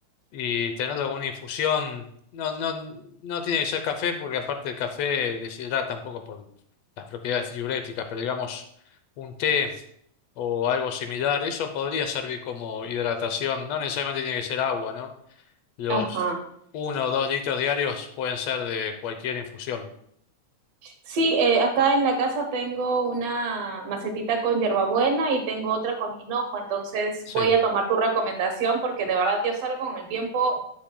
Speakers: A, on the left; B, on the right.
A: y tener alguna infusión. No, no, no tiene que ser café porque aparte el café deshidrata un poco por las propiedades diuréticas, pero digamos un té o algo similar, eso podría servir como hidratación. No necesariamente tiene que ser agua, ¿no? Los
B: Ajá.
A: uno o dos litros diarios pueden ser de cualquier infusión.
B: Sí, eh, acá en la casa tengo una macetita con hierbabuena y tengo otra con hinojo, entonces
A: Sí.
B: voy a tomar tu recomendación porque de verdad yo salgo con el tiempo